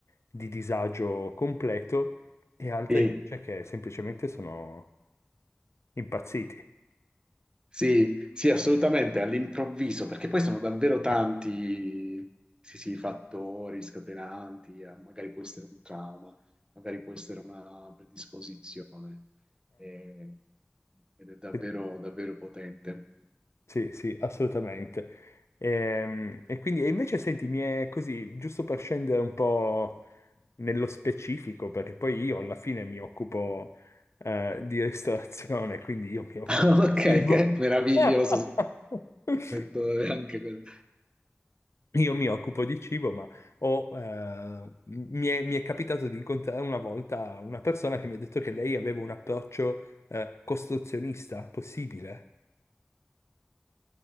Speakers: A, on the left (about 70°); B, on the right (about 20°).
A: di disagio completo e altri
B: Sì,
A: invece che semplicemente sono impazziti.
B: sì, sì, assolutamente, all'improvviso, perché poi sono davvero tanti,
A: Eh,
B: sì, sì, fattori scatenanti, eh, magari può essere un trauma, magari può essere una predisposizione, eh, ed è davvero,
A: eh,
B: davvero potente.
A: Sì, sì, assolutamente. Ehm, E, quindi, e invece senti, mi è così, giusto per scendere un po' nello specifico, perché poi io alla fine mi occupo eh, di ristorazione, quindi io mi occupo
B: <laughs> Ok,
A: di cibo.
B: che meraviglioso
A: <laughs>
B: settore anche quello.
A: Io mi occupo di cibo, ma ho, eh, mi è, mi è capitato di incontrare una volta una persona che mi ha detto che lei aveva un approccio eh, costruzionista possibile.